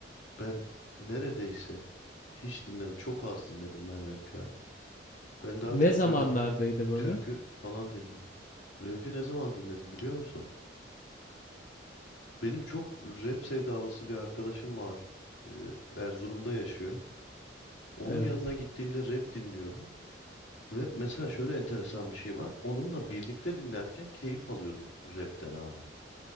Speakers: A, on the left; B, on the left.
A: ben neredeyse hiç dinlemedim. Çok az dinledim ben rap ya. Ben daha
B: Ne
A: çok
B: zamanlardaydı
A: böyle
B: böyle?
A: türkü falan dinledim. Rap'i ne zaman dinledim biliyor musun? Benim çok rap sevdalısı bir arkadaşım var. Ee, Erzurum'da yaşıyor. Onun
B: Evet.
A: yanına gittiğimde rap dinliyorum. Ve mesela şöyle enteresan bir şey var. Onunla birlikte dinlerken keyif alıyordum rapten abi.